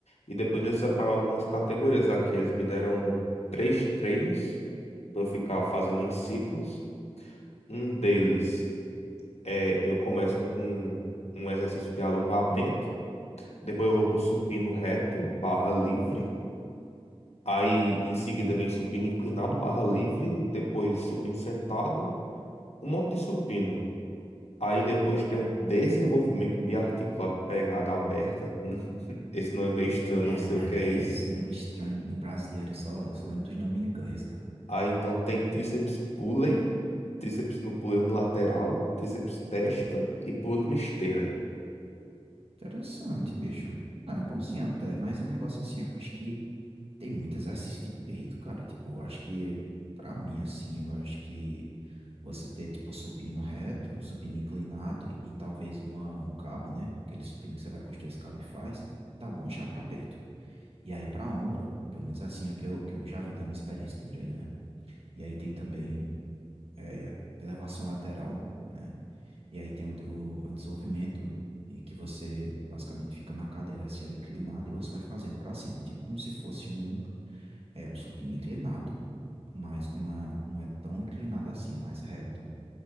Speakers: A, on the left (about 90°); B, on the right (about 65°).
A: E depois eles separaram algumas categorias aqui. Eles me deram três treinos para eu ficar fazendo em ciclos. Um deles é eu começo com um exercício de alongamento. Depois eu vou pro supino reto, barra livre. Aí em seguida vem supino inclinado, barra livre. Depois supino sentado. Um monte de supino. Aí depois tem um desenvolvimento biarticulado, pegada aberta. <laughs> Esse nome é meio
B: Hum,
A: estranho,
B: Danada
A: não sei o que é
B: é
A: isso.
B: isso, nome estranho em brasileiro, eu só, eu só lembro dos nomes em inglês, cara.
A: Aí então tem tríceps pulley, tríceps no pulley unilateral, tríceps testa e por último esteira.
B: Interessante, bicho. Ah, é bom sim até, mas um negócio assim, é que eu acho que Tem muito exercício de peito, cara. Tipo, acho que, pra mim, assim, eu acho que você ter, tipo, supino reto, supino inclinado e talvez uma, um cabo, né? Aquele supino que você vai com os dois cabos e faz, tá bom já pra peito. E aí, pra ombro, pelo menos assim é o que eu, que eu já vi da minha experiência de treino, né? E aí tem também é, elevação lateral, né? E aí tem o, o, o desenvolvimento. E que você basicamente fica na cadeira assim, ela inclinada, e você vai fazendo pra cima, tipo como se fosse um, é, um supino inclinado, mas com uma, não é tão inclinada assim, é mais reto